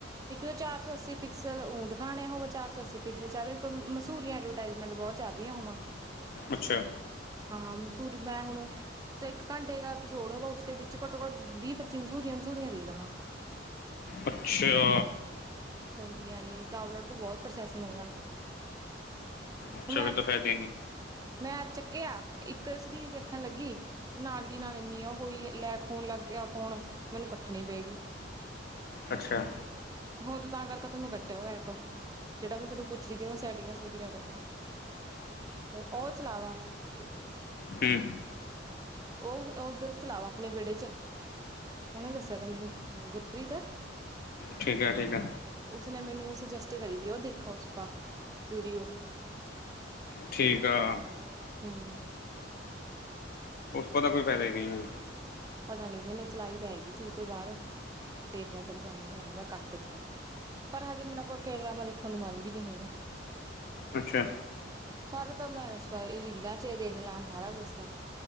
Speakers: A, on the right (about 20°); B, on the left (about 55°).
A: ਇੱਕ ਚਾਰ- ਸੌ ਅੱਸੀ ਪਿਕਸਲ ਊਂ ਦਿਖਾਣਿਆ ਹੋ, ਚਾਰ- ਸੌ ਅੱਸੀ ਪਿਕਸਲ ਚ ਮਸੂਰੀਆਂ ਐਡਵਰਟਾਈਜਮੈਂਟ ਬਹੁਤ ਚੱਲ ਰਹੀਆਂ ਹੋਵਾਂ।
B: ਅੱਛਾ।
A: ਹਾਂ, ਮਸੂਰੀ ਮੈਂ ਹੁਣ, ਇੱਕ ਘੰਟੇ ਦਾ ਐਪੀਸੋਡ ਹੋ ਉਸ ਵਿੱਚ ਘੱਟੋ ਘੱਟ ਵੀਹ- ਪੱਚੀ ਮਸੂਰੀਆਂ- ਮਸੂਰੀਆਂ ਦੇ ਦਾ ਹਾਂ।
B: ਅੱਛਾ।
A: ਦੀਆਂ ਨੀ, ਤਾਂਵਲੋਡ ਕੋ ਬਹੁਤ ਪ੍ਰੋਸੈਸ ਮੰਗਾ।
B: ਅੱਛਾ
A: ਹੁਣ ਮੈਂ
B: ਫਿਰ <unintelligible> ਤੋਂ ਫਾਇਦੇ
A: ਮੈਂ ਆਪ ਚੱਕ ਕਿਆ, ਇੱਕ ਸੀਰੀਜ਼ ਦੇਖਣ ਲੱਗੀ, ਉਹ ਨਾਲ ਦੀ ਨਾਲ ਇੰਨੀ ਉਹ ਹੋਈ ਲੈ, ਫੋਨ ਲੱਗ ਗਿਆ ਫੋਨ, ਮੈਨੂੰ ਕੱਟਣੀ ਪਏਗੀ।
B: ਅੱਛਾ।
A: ਹੋਰ ਤਾਂ ਕਰਕੇ ਤਾਂ ਮੈਂ ਕੱਟਿਆ ਹੋ ਐ ਐਪ। ਜਿਹਾ ਮੈਂਦੋਂ ਪੁੱਛਦੀ ਥੀ <unintelligible> ਸੀੈਂੈਡੀਆਂ ਸੂਟੀਆਂ <unintelligible> ਕਰਮ। ਹੋਰ ਉਹਤ ਚਲਾਵਾਂ। ਇੱਕ <unintelligible>
B: ੀ <unintelligible>
A: ਉਹ, ਉੱਧਰ ਚਲਾਓ ਆਪਣੇ ਵਿਹੜੇ ਚ, ਉਹਨੇ ਦੱਸਿਆ ਤੇ ਮੈਨੂੰ ਗੁਰਪ੍ਰੀਤ ਹੈ।
B: ਠੀਕ ਹੈ- ਠੀਕ ਹੈ।
A: ਉਸਨੇ ਮੈਨੂੰ ਸਜੈਸਟ ਕਰੀ ਦੀ ਉਹ ਦੇਖਾ ਉਸਪ ਵੀਡੀਓ।
B: ਠੀਕ ਆ।
A: ਹਮ
B: ਉਸ ਪਤਾ ਕੋਈ ਫਾਇਦਾ ਹੀ ਨਹੀਂ ਹੈ।
A: ਪਤਾ ਨੀ ਮੈਨੇ ਚਲਾਈ ਤਾਂ ਹੈਗੀ ਸੀ ਉਹ ਤੋਂ ਬਾਅਦ ਦੇਖ ਲ ਤੇਰੇ ਸਾਹਮਣੇ ਆਇਆ ਮੈਂ ਕੱਟ ਤਆਂ। ਪਰ ਹਜੇ ਮੇਰੇ ਕੋਈ ਕੇੇਰਾ ਮੈਂ ਦੇਖਣ ਨੂੰਨ ਵੀ ਨਹੀਂ ਹੈਗਾ
B: ਅੱਛਾ!
A: ਸਾਰੇ ਤਾਂ ਮੈਂ ਉਸ ਵਾਰੀ ਰੀਲਾਂ ਚ ਦੇਖ ਲਾਂ ਸਾਰਾ ਕੁਛ ਤਾਂ